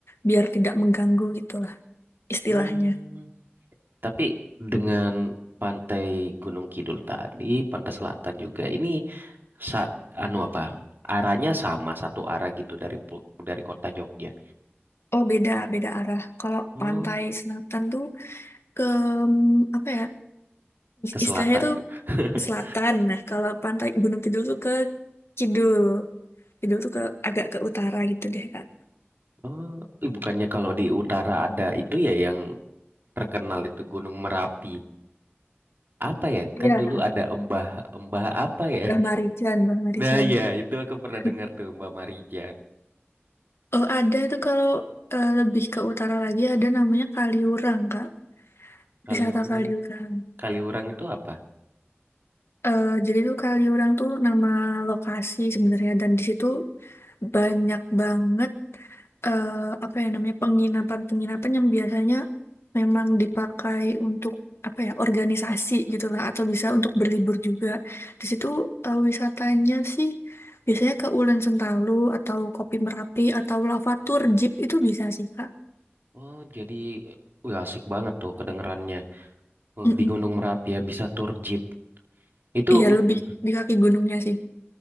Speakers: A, on the left; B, on the right.
A: biar tidak mengganggu gitulah istilahnya.
B: Hmm. Tapi dengan Pantai Gunung Kidul tadi, Pantai Selatan juga ini sa- anu apa? Arahnya sama satu arah gitu dari pu- dari kota Jogja.
A: Oh beda beda arah. Kalau
B: Oh,
A: pantai selatan tuh ke mm, apa ya
B: ke selatan.
A: Istilahnya tuh
B: <laughs>
A: ke selatan. Nah, kalau pantai Gunung Kidul tuh ke kidul. Kidul tuh ke agak ke utara gitu deh, Kak.
B: Oh, ih, bukannya kalau di utara ada itu ya yang terkenal itu Gunung Merapi. apa ya
A: Iya,
B: kan dulu ada Embah Embah apa ya
A: Mbah Marijan, Mbah Marijan.
B: nah ya itu aku pernah
A: <laughs>
B: dengar tuh Mbah Marijan
A: Oh, ada itu kalau eh, lebih ke utara lagi ada namanya Kaliurang, Kak.
B: kali
A: Wisata
B: orang
A: Kaliurang.
B: kali orang itu apa
A: Eh, jadi tuh Kaliurang tuh nama lokasi sebenarnya dan di situ banyak banget eh, apa ya namanya penginapan-penginapan yang biasanya memang dipakai untuk apa ya organisasi gitulah atau bisa untuk berlibur juga. Di situ eh, wisatanya sih biasanya ke Ulen Sentalu atau Kopi Merapi atau Lavatur Jeep itu bisa sih Kak.
B: oh jadi wah asik banget tuh kedengerannya Oh,
A: Mm-mm.
B: di Gunung Merapi ya bisa tur jeep itu
A: Iya
B: mm,
A: lebih di kaki gunungnya sih.